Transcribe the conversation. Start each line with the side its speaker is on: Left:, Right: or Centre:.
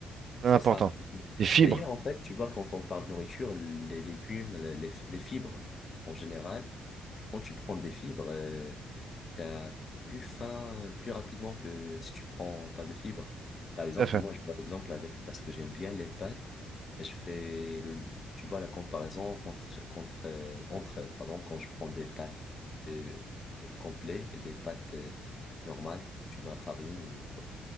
Right: C'est
Left: C'est
Right: important.
Left: ça. exactement.
Right: Des fibres.
Left: D'ailleurs, en fait, tu vois, quand on parle de nourriture, les légumes, les, les fibres en général, quand tu prends des fibres, euh, t'as plus faim euh, plus rapidement que si tu prends pas de fibres. Par exemple,
Right: Tout à fait.
Left: moi, je vois l'exemple avec, parce que j'aime bien les pâtes, et je fais, le, tu vois, la comparaison contre, contre, euh, entre, pardon, quand je prends des pâtes euh, euh, complets et des pâtes euh, normales, tu vois, farine ou quoi.